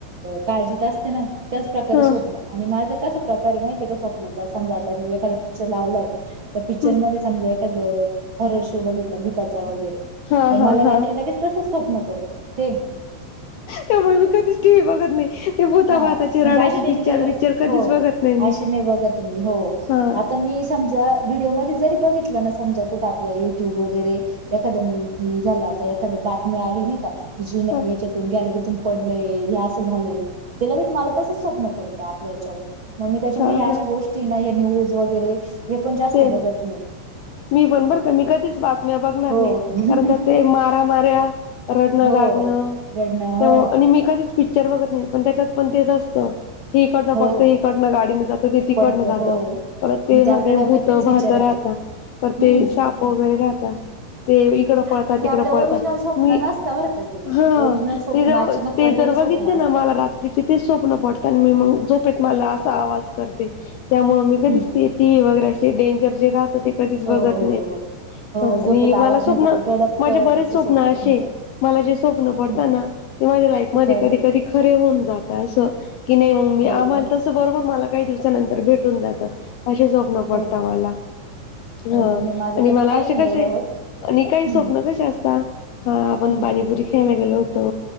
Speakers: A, on the right; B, on the left.
A: काळजीत असते नां त्यांचं प्रकारे
B: ह
A: स्वप्नं आणि माझं कसं प्रकारे आहे माहितीय कां स्वप्नांचा समजा आंता मी एखाद्या पिक्चर लावलंय तरं पिक्चरमध्ये
B: ह
A: समजां एखादं हॉरर शो बघितलां भूतांचा वगैरें
B: हा हा
A: मलां
B: हा
A: रात्री लगेच तसंच स्वप्नं पडतं सेम
B: त्यामुळे मी कधीच टीव्ही बघत नाही ते भूता
A: हां
B: भाताचे
A: म्हणजे
B: रडायचे
A: असे डेंजर
B: पिक्चर बिक्चर कधीच
A: हो
B: बघत नाही मी
A: असे नाहीं बघतं मी हो
B: हा
A: आंता मी समजां व्हिडिओमध्येजरी बघितलं नां समजां कुंठे आपलां युंट्यूब वगैरें एखादां मुलगी झालां आंता एखादं बातमी्या आलीं नाहीं कां ती जी
B: हा
A: यांच्यातून गे ते पडलंय हे असं झालंय ते लगेच मलां तसंच स्वप्नं पडतं आपल्या यांच्यावर मंग मी त्यांच्यामुळे
B: हा हा
A: अशा गोष्टी नां ह्यां न्यूंज वगैरें हे पंण जास्तं
B: सेम
A: बघतं नाहीं
B: मी पणं बरं कां मी कधीचं बातम्यां बघणांनर
A: हो
B: नाहीं कारणं त्यां ते मारां मऱ्यां रडणं
A: हो
B: गागणं
A: रडणं
B: ते
A: हो
B: आणि मी कधीच पिक्चर्स बघतं नाहीं पणं त्यांच्यात पणं त्यांचं असतं हकडनं पडतं
A: हो
B: इकडनं गाडीनं जातं ते तिकडनं
A: पडतं
B: जातं
A: हो
B: परतणत तेणं
A: मग आपल्या
B: ते
A: डोक्यात
B: भूंत
A: तेच
B: भांत
A: विचार
B: राहंता
A: येतात
B: परं शाफ
A: हम्म
B: ते साप वगैरें राहता ते इकडं पळतांत
A: पण
B: तिकडं
A: ते आपल्या
B: पळतांत
A: ओरिजिनल स्वप्न
B: मी
A: नसतं बरं का ते
B: हां
A: ओरिजिनल स्वप्न
B: ते जं
A: अचानक
B: ते
A: पडलेली
B: जरं
A: स्वप्न
B: बघितले नां
A: असतात
B: मलां रात्री ते स्वप्नं पडतं आणि मी मं जोपेत मलां असां आवांज करते त्यांमुळे मी दि
A: हम्म
B: शेती वगैरें ते डेंजर जे राहतं ते कधीच
A: हो
B: बघत
A: हो
B: नाही
A: हो
B: मी
A: हो
B: अ आणि
A: झोपेत
B: मला
A: आवाज म्हणजे
B: स्वप्न
A: ते दडपत
B: माझे बरेच
A: तसंच
B: स्वप्न
A: हो
B: अशे
A: म्हणतात
B: मला जे स्वप्न पडतं
A: हम्म,
B: ना ते माझ्या लाईफ
A: ते
B: मध्ये
A: खरं
B: कधी-कधी
A: होत
B: खरे होऊन जात तास की नाही मग मी
A: हो
B: आम्हाला
A: का
B: तसं बरोबर मला काही दिवसानंतर भेटून जातं असे स्वप्न वटता
A: हो का
B: मला हा
A: हो का नाही माझं
B: आणि
A: तसं
B: मला
A: काही
B: अशे
A: नाही
B: कशे
A: एवढं होत
B: आणि काही
A: हम्म
B: स्वप्न कशी असतता हा आपण
A: हम्म
B: पाणीपुरी ख्यायला गेलो होतो